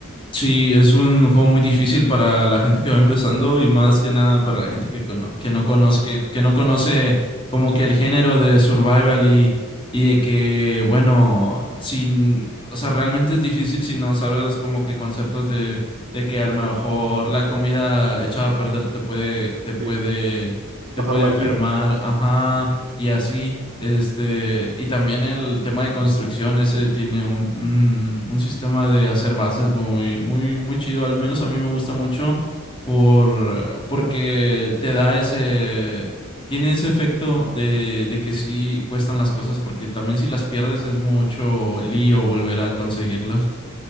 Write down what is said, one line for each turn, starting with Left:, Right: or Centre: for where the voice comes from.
Left: Sí, es un juego muy difícil para la gente que va empezando y más que nada para la gente que, cono- que no conozca, que no conoce como que el género de survival y, y de que, bueno, sin, o sea, realmente es difícil si no sabes como que conceptos de, de que a lo mejor la comida echada a perder te puede, te puede,
Right: eh,
Left: te
Right: bajar
Left: puede
Right: la
Left: enfermar,
Right: vida.
Left: ajá y así. Este, y también el tema de construcción, ese tiene un, un, un sistema de hacer bases muy, muy, muy chido. Al menos a mí me gusta mucho por, porque te da ese, tiene ese efecto de, de que sí cuestan las cosas, porque también si las pierdes es mucho lío volver a conseguirlas.